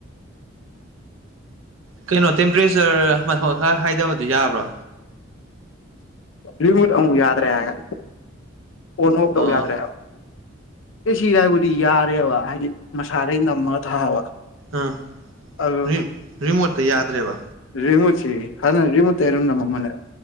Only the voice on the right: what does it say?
ꯀꯩꯅꯣ ꯇꯦꯝꯄꯔꯦꯆꯔ ꯃꯊꯛ ꯈꯔ ꯍꯥꯏꯗꯕꯗꯨ ꯌꯥꯕ꯭ꯔꯣ
ꯑꯣ
ꯑꯥ
ꯔꯤꯝ ꯔꯤꯃꯣꯠꯇ ꯌꯥꯗ꯭ꯔꯦꯕ